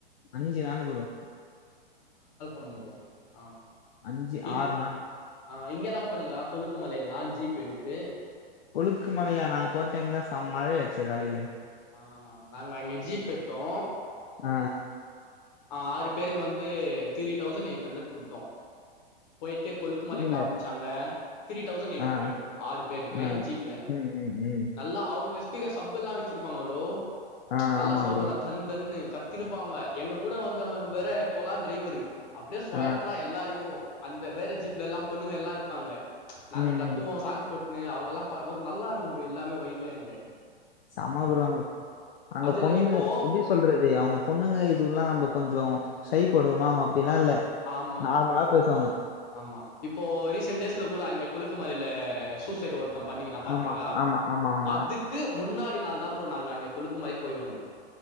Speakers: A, on the left (about 70°); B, on the left (about 45°).
A: அஞ்சி நாளு ப்ரோ
B: ஆ ப்ரோ ஆ
A: அஞ்சி
B: இ
A: ஆற் நாளு
B: ஆ இங்கெல்லா போனீங்களா கொழுக்கு மலைலா ஜீப் எடுத்து
A: கொழுக்கு மலையா நாங்க போ டைம் தா செம் மழையாச்சே காலைலே
B: ஆ நாங்க அங்கே ஜீப் எத்தோ
A: ஆ
B: ஆ ஆறு பேருக்கு வந்து திரீ டௌசண்ட் எயிட் ஹண்ட்ரட் குத்தோ போயிட்டு கொழுக்கு மலை
A: இல்ல
B: காம்ச்சாங்க த்ரீ டௌசண்ட் எயிட்
A: ஆ
B: ஹண்ட்ரட் ஆறு பேருக்கு
A: ஆ,
B: ஜீப்ல
A: ம், ம், ம்.
B: நல்லா அவுங்க ஸ்பீகர் சப் எல்லா வச்சிருப்பாங்க ப்ரோ
A: ஆ,
B: நல்லா
A: ஆமா
B: சவுண்ட்
A: ப்ரோ.
B: வரு தன் தன்னு கத்தினு போவாங்க எங்க கூட வந்தவங் வேற கொலா டிரைவரு அப்டியே சொலட்றா
A: ஆ,
B: எல்லாரையு அந்த வேற ஜீப்ல எல்லாம்ப் பொண்ணுங்கல்லா இருப்பாங்க நாங்க
A: ம், ம்.
B: கத்துவோ சாங்ஸ் போட் னு அவுங்க எல்லா பர் ஒர் நல்லாருக்கூ ப்ரோ எல்லாமே வைபே அங்கே
A: சம ப்ரோ அங்கப் அங்க
B: அதுல
A: பொண்ணுங்க
B: இப்போ
A: எப்டி சொல்றது அவுங்க பொண்ணுங்க இதுவுலா நம்ப கொஞ்சோ ஷை படுல அவுங்க அப்டிலா இல்ல
B: ஆமா
A: நார்மலா பேசுவாங்க
B: ஆமா இப்போ ரீசென்ட் டேஸ்ல கூட அங்க கொழுக்கு மலைல சூசைடு ஒர் த்த பண்ணிக்குனா பாத்தீங்ளா
A: ஆமா, ஆமா, ஆமாமா.
B: அதுக்கு முன்னாடி நாள் தா ப்ரோ நாங்க அங்க கொழுக்கு மலை போய் வந்தோ